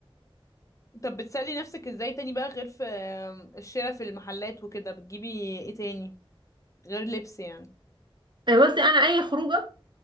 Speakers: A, on the left; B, on the right.
A: طب بتسلي نفسك ازاي تاني بقى غير في آه، الشراء في المحلات وكده بتجيبي ايه تاني غير لبس يعني
B: آه، بصي أنا أي خروجة